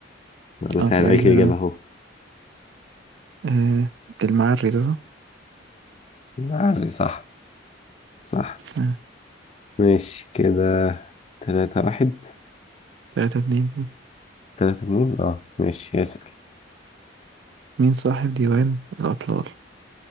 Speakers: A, on the left; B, on the right.
A: أنا بسهل
B: اه تقريبا
A: عليك الإجابة
B: اه
A: أهو
B: آه، المعري ده صح؟
A: المعري صح صح
B: آه.
A: ماشي كده تلاتة واحد
B: تلاتة اتنين كده.
A: تلاتة اتنين اه ماشي يسأل
B: مين صاحب ديوان الأطلال؟